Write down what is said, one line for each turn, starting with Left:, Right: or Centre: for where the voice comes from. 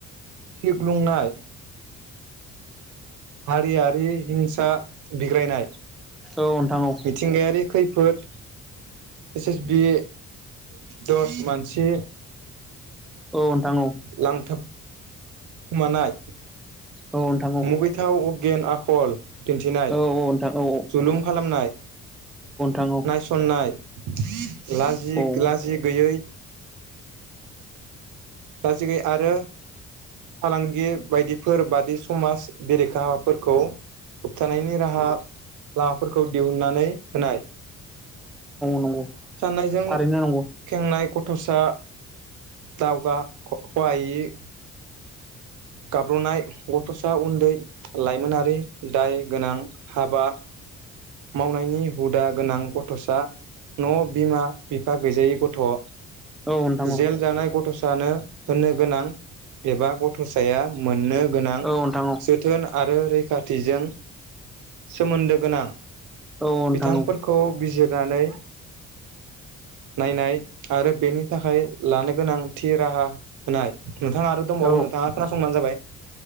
Right: सिग्लुंनाय हारियारि हिंसा बिग्रायनाय।
Centre: औ नोंथां औ।
Right: मिथिंगायारि खैफोद एस एस बि दस मानसि
Centre: औ नोंथां औ
Right: लांथाब खुमानाय
Centre: नोंथां औ
Right: मुगैथाव अगेन आखल दिन्थिनाय
Centre: औ नोंथां औ नोंथां औ नोंथां औ नोंथां
Right: जलुम खालामनाय।
Centre: औ
Right: नायसननाय लाजि
Centre: औ नोंथां औ
Right: लाजि गैयै लाजिगैयै आरो फालांगि बायदिफोर बादि समाज बेरेखा हाबाफोरखौ होबथानायनि राहा लामाफोरखौ दिहुननानै होनाय।
Centre: नंगौ
Right: जाननायजों
Centre: थारैनो नंगौ
Right: खेंनाय गथ' दस्रा दावगा खहायि गाब्रनाय गथ'सा उन्दै लाइमोनारि दाय गोनां हाबा मावनायनि हुदा गोनां गथ'सा न' बिमा बिफा गैजायै गथ'।
Centre: औ नोंथां औ
Right: जेल जानाय गथ'सानो होननो गोनां एबा गथ'साया मोननो गोनां
Centre: औ नोंथां औ
Right: जोथोन आरो रैख थिजों सोमोन्दो गोनां
Centre: औ नोंथां
Right: बिथांफोरखौ
Centre: औ
Right: बिजिर नानै नायनाय आरो बेनि थाखाय लानो गोनां थि राहा होनाय। नोंथाङा आरो दंबावो
Centre: औ
Right: नोंथाङा खोनासंबानो जाबाय।